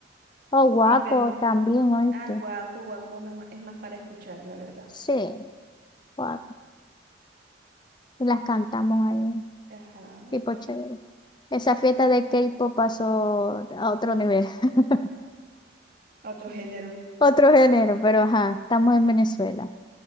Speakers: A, on the left; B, on the right.
A: O guaco
B: ahí vemos.
A: también, oíste.
B: Ah, guaco, guaco, es ma- es más para escuchar, la verdad.
A: Sí, guaco. Y las cantamos ahí.
B: Ajá.
A: Tipo chévere. Esa fiesta de K-pop pasó a otro
B: Ujú.
A: nivel, <laughs>
B: Otro género.
A: otro género, pero ajá, estamos en Venezuela.